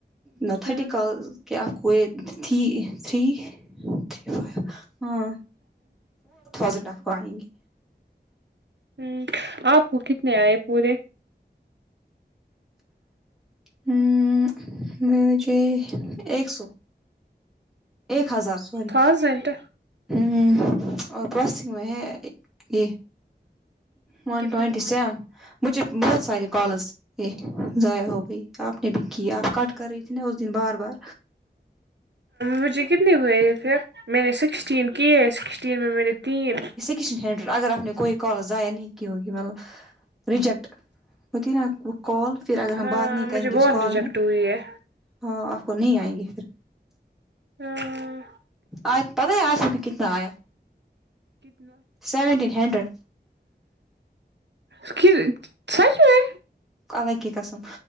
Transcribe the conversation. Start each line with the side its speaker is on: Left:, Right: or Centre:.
Centre: نا تھرٹی
Right: ہ
Centre: کالس کیا آپ کو یہ تھری تھری تھری فائیو ہاں اسے رکھ پائینگے
Right: ہوں آپ کو کتنے آئے پورے
Centre: ہوں لوجی ایک سو ایک ہزار سوری
Right: تھاؤزینڈ
Centre: ہوں اور پرسوں ہوئے ہے یہ وان
Right: کتنے
Centre: ٹوئنٹی سیون مجھے بہت سارے کالس یہ ضائع ہو گئی آپ نے بھی کی آپ کٹ کر رہی تھی نا اس دن بار بار
Right: مجھے کتنی ہوئے ہے پھر میں نے سکسٹین کی ہے سکسٹین میں میرے تین
Centre: کش ہینڈ اگر آپ نے کو کالج ضائع نہیں کی ہوگی مطلب ریجیکٹ ہوتی نا کال پھر اگر
Right: ہاں
Centre: ہم بات نہیں کریں
Right: مجھے بہت
Centre: گے اس کال
Right: ریجیکٹ
Centre: میں
Right: ہوئی ہے
Centre: ہاں آپ کو نہیں آئیں گے پھر
Right: ہاں
Centre: آج ابھی عائشہ کو کتنا آیا سیونٹین ہنڈریڈ
Right: اس کی سج میں
Centre: اللہ کی قسم